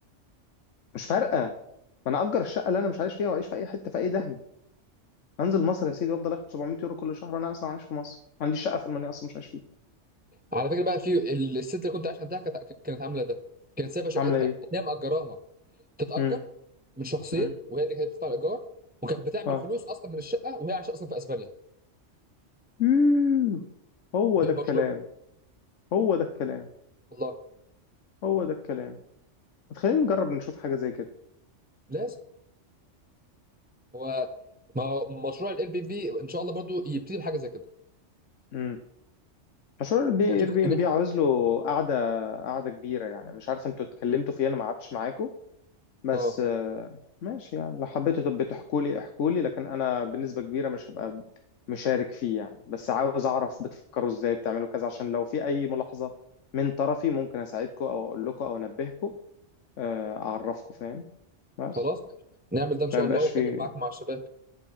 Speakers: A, on the left; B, on the right.
A: مش فارقه ما انا اجر الشقه اللي انا مش عايش فيها واعيش في اي حته في اي داهيه انزل مصر يا سيدي وافضل اخد 700 يورو كل شهر وانا اصلا عايش في مصر ما عنديش شقه في المانيا اصلا مش عايش فيها
B: على فكره بقى في الست اللي كنت عايش عندها كانت كانت عامله ده كانت سايبه شقتها
A: عامله ايه
B: اللي هي مأجراها تتأجر
A: امم
B: من شخصين
A: امم
B: وهي اللي كانت بتدفع الايجار وكانت بتعمل
A: اه
B: فلوس اصلا من الشقه وهي عايشه اصلا في اسبانيا
A: يوه. هو
B: في
A: ده
B: برشلونه
A: الكلام هو ده الكلام
B: والله
A: هو ده الكلام خلينا نجرب نشوف حاجة زي كده
B: لازم هو ما هو مشروع الاير بي بي ان شاء الله برضو يبتدي بحاجه زي كده
A: امم مشروع
B: إن
A: اير
B: احنا نشوف
A: بي
B: إن
A: ام بي
B: إحنا-
A: عاوز له قعدة قعدة كبيرة يعني مش عارف انتوا اتكلمتوا فيه انا ما قعدتش معاكم بس
B: اه
A: آه، ماشي يعني لو حبيتوا تبقوا تحكوا لي احكوا لي لكن انا بنسبة كبيرة مش هبقى مشارك فيه يعني بس عاوز اعرف بتفكروا ازاي بتعملوا كذا عشان لو في اي ملاحظة من طرفي ممكن اساعدكم او اقول لكم او انبهكم آه، اعرفكم فاهم بس
B: خلاص ماشي نعمل ده ان
A: عشان
B: شاء
A: ما
B: الله
A: يبقاش
B: واتكلم
A: في
B: معاك مع الشباب